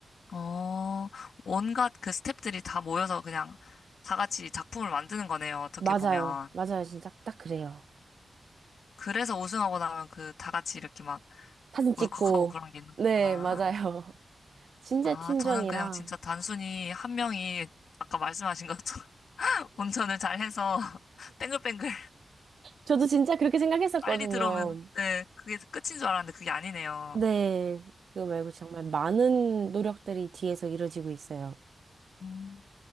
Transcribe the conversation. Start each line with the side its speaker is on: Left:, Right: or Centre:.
Left: 어, 온갖 그 스태프들이 다 모여서 그냥 다 같이 작품을 만드는 거네요. 어떻게
Right: 맞아요.
Left: 보면.
Right: 맞아요. 진짜 딱 그래요.
Left: 그래서 우승하고 나면 그 다 같이 이렇게 막
Right: 사진 찍고.
Left: 울컥하고 그런 게 있는 거구나.
Right: 네, 맞아요. <laughs> 진짜
Left: 아,
Right: 팀전이랑.
Left: 저는 그냥 진짜 단순히 한 명이 아까 말씀하신 것처럼 <laughs> 운전을 잘 해서 <laughs> 뱅글뱅글
Right: 저도 진짜 그렇게 생각했었거든요.
Left: 빨리 들어오면 네, 그게 끝인 줄 알았는데 그게 아니네요.
Right: 네. 그거 말고 정말 많은 노력들이 뒤에서 이루어지고 있어요.
Left: 음.